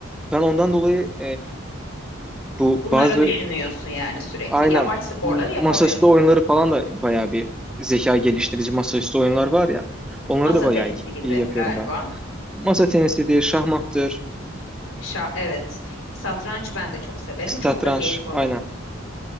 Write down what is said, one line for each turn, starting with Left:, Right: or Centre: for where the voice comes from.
Centre: Ben ondan dolayı Bu
Left: Bunları
Centre: bazı
Left: düşünüyorsun yani sürekli.
Centre: aynen
Left: Yavaş sporları
Centre: m-
Left: yapamıyorsun.
Centre: masaüstü oyunları falan da bayağı bir zeka geliştirici masaüstü oyunlar var ya. Onları
Left: Masa
Centre: da bayağı
Left: tenisi
Centre: iyi,
Left: gibi
Centre: iyi yapıyorum
Left: galiba.
Centre: ben. Masa tenisidir, şahmattır,
Left: Şa evet. Satranç ben de çok severim.
Centre: satranç
Left: Çok da keyif alırım.
Centre: aynen